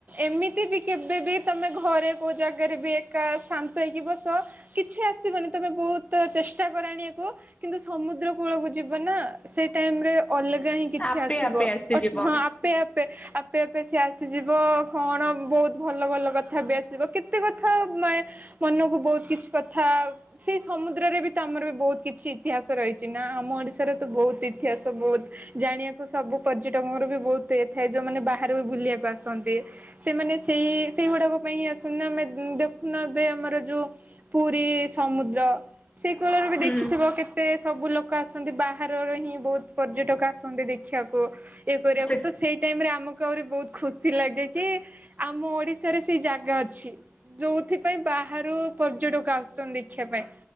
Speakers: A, on the right; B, on the left.
A: ଏମିତି ବି କେବେବି ତମେ ଘରେ କୋଉ ଜାଗାରେ ବି ଏକା ଶାନ୍ତ ହେଇକି ବସ କିଛି ଆସିବନି ତମେ ବହୁତ ଚେଷ୍ଟା କର ଆଣିବାକୁ କିନ୍ତୁ ସମୁଦ୍ର କୂଳକୁ ଯିବ ନା ସେଇ ଟାଇମରେ ଅଲଗା ହିଁ କିଛି
B: ଆପେ
A: ଆସିବ
B: ଆପେ ଆସିଯିବ
A: ଅଟ୍ ହଁ ଆପେ ଆପେ ଆପେ ଆପେ ସିଏ ଆସିଯିବ କଣ ବହୁତ ଭଲ ଭଲ କଥା ବି ଆସିବ କେତେ କଥା ମେ ମନକୁ ବହୁତ କିଛି କଥା ସେଇ ସମୁଦ୍ରରେ ବି ତ ଆମର ବି ବହୁତ କିଛି ଇତିହାସ ରହିଛି ନା ଆମ ଓଡ଼ିଶାରେ ତ ବହୁତ ଇତିହାସ ବହୁତ୍ ଜାଣିବାକୁ ସବୁ ପର୍ଯ୍ୟଟକ ଙ୍କର ବି ବହୁତ ଇଏ ଥାଏ ଯୋଉମାନେ ବାହାରୁ ବି ବୁଲିବାକୁ ଆସନ୍ତି। ସେମାନେ ସେଇ ସେଇଗୁଡାକ ପାଇଁ ହିଁ ଆସନା ଆମେ ଦେଖୁନ ଏବେ ଆମର ଯୋଉ ପୁରୀ ସମୁଦ୍ର ସେଇ କୂଳରେ ବି
B: ହୁଁ
A: ଦେଖିଥିବ କେ ତେ ସବୁ ଲୋକ ଆସନ୍ତି ବାହାରର ହିଁ ବହୁତ ପର୍ଯ୍ୟଟକ ଆସନ୍ତି ଦେଖିବାକୁ। ଇଏ କରିବାକୁ
B: ସେ
A: ତ ସେଇ ଟାଇମ ରେ ଆମକୁ ଆହୁରି ବହୁତ ଖୁସି ଲାଗେ କି ଆମ ଓଡିଶାରେ ସେଇ ଜାଗା ଅଛି। ଯୋଉଥିପାଇ ବାହାରୁ ପର୍ଯ୍ୟଟକ ଆସୁଛନ୍ତି ଦେଖିବା ପାଇଁ।